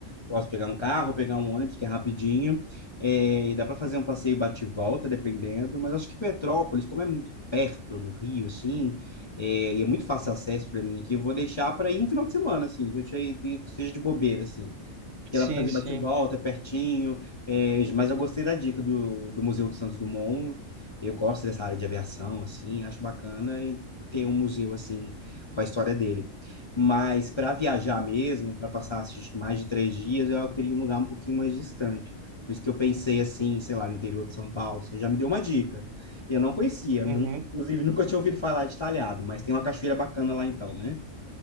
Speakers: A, on the left (about 35°); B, on the right (about 70°).
A: Posso pegar um carro, pegar um ônibus, que é rapidinho. É, e dá para fazer um passeio bate e volta, dependendo. Mas acho que Petrópolis, como é muito perto do Rio, assim, é, e é muito fácil acesso para mim aqui, eu vou deixar para ir um final de semana, assim, que eu che- que seja de bobeira, assim. Porque
B: Sim,
A: dá para fazer
B: sim.
A: bate-volta, é pertinho. é, mas eu gostei da dica do, do Museu do Santos Dumont. Eu gosto dessa área de aviação, assim, acho bacana e ter um museu assim com a história dele. Mas para viajar mesmo, para passar acho que mais de três dias, eu queria um lugar um pouquinho mais distante. Por isso que eu pensei assim, sei lá, no interior de São Paulo. Você já me deu uma dica. Eu não conhecia,
B: Uhum.
A: não- inclusive nunca tinha ouvido falar de Talhado, mas tem uma cachoeira bacana lá então, né?